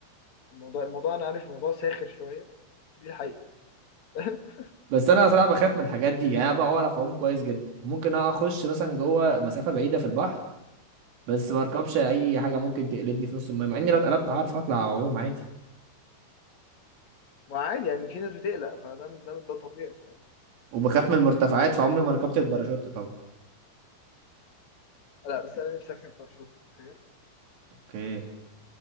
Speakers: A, on the left; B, on the right.
A: الموضوع الموضوع أنا عارف الموضوع ساخر شوية بس دي الحقيقة <laughs>
B: بس انا صراحه بخاف من الحاجات دي يعني انا بقى بعرف اعوم كويس جدا ممكن أنا اخش مثلا جوه مسافه بعيده في البحر بس ما اركبش اي حاجه ممكن تقلبني في نص الميه مع اني لو اتقلبت هعرف اطلع اعوم عادي
A: ما عادي يعني في ناس بتقلق فده ده ده طبيعي بصراحة
B: وبخاف من المرتفعات فعمري ما ركبت الباراشوت طبعا
A: لا بس أنا نفسي أركب باراشوت تخيل
B: اوكي